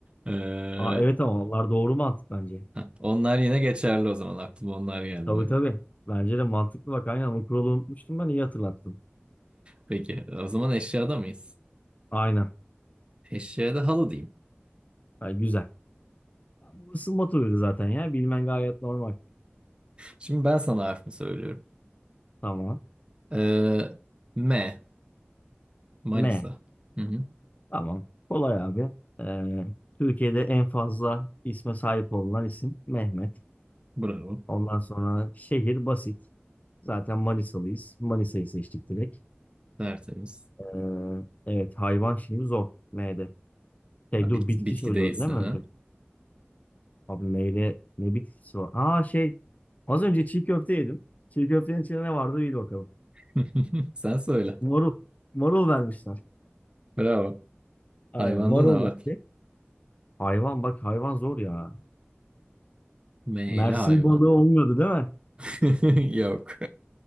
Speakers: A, on the right; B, on the left.
A: Eee,
B: Aa, evet ama onlar doğru mantık bence.
A: ha, onlar yine geçerli o zaman aklıma onlar geldi
B: Tabii
A: böyle.
B: tabii. Bence de mantıklı bak. Aynen o kuralı unutmuştum ben. iyi hatırlattın.
A: Peki o zaman eşyada mıyız?
B: Aynen.
A: Eşyada halı diyeyim.
B: Ha, güzel. Bu ısınma turuydu zaten ya. Bilmen gayet normal.
A: Şimdi ben sana harfimi söylüyorum.
B: Tamam.
A: Eee, M Manisa.
B: M.
A: Hı hı,
B: Tamam. Kolay abi. Ee, Türkiye'de en fazla isme sahip olunan isim Mehmet.
A: bravo.
B: Ondan sonra şehir basit. Zaten Manisalıyız. Manisa'yı seçtik direkt.
A: Tertemiz.
B: Ee, evet hayvan şimdi zor. M'de. Şey
A: Ha,
B: dur
A: bit-
B: bitki
A: bitki
B: söylüyorum
A: değilsin
B: değil mi
A: ha.
B: önce? Abi M'de ne bitkisi var? Aa şey az önce çiğ köfte yedim. Çiğ köftenin içinde ne vardı bil bakalım.
A: <laughs> Sen söyle.
B: Marul. Marul vermişler.
A: Bravo.
B: Aynen
A: Hayvanda
B: marul
A: ne var?
B: yok. Hayvan bak hayvan zor ya.
A: M ile
B: Mersin
A: hayvan.
B: balığı olmuyordu değil mi?
A: <laughs> Yok.